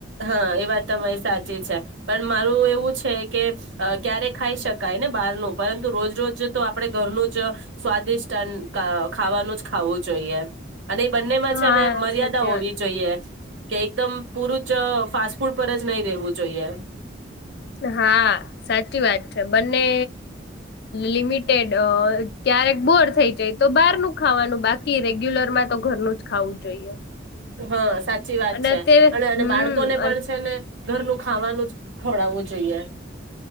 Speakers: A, on the right; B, on the left.
A: હા, એ વાત તમારી સાચી છે. પણ મારું એવું છે કે અ ક્યારે ખાઈ શકાયને બારનું પરંતુ રોજ રોજ તો આપડે ઘરનું જ સ્વાદિષ્ટ ખાવાનું જ ખાવું જોઈએ. અને બંનેમાં
B: હા
A: છેને મર્યાદા
B: સાચી
A: હોવી
B: વાત
A: જોઈએ. કે એકદમ પૂરું જ ફાસ્ટ ફૂડ પર જ નય રહેેવું જોઈએ.
B: હા, સાચી વાત છે. બંને લિમિટેડ અ ક્યારેક બોર થઈ જય તો બારનું ખાવાનું બા કી રેગ્યુલરમાં તો ઘરનું જ ખાવું જોઈએ.
A: હા, સાચ સાચી વાત
B: અને
A: છે,
B: અત્યારે
A: અને અને
B: હમ
A: બાળકોને પણ
B: અન
A: છેને ઘરનું ખાવાનું જ ખવડાવવું જોઈએ.